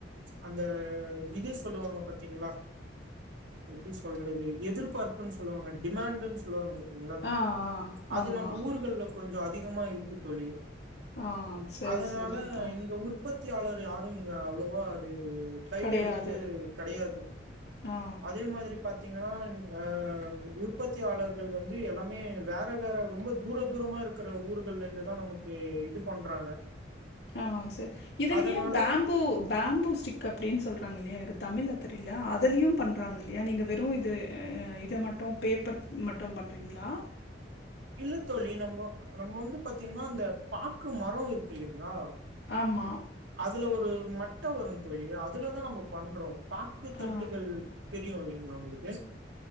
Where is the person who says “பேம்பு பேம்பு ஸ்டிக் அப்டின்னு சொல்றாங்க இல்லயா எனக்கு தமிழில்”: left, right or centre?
Left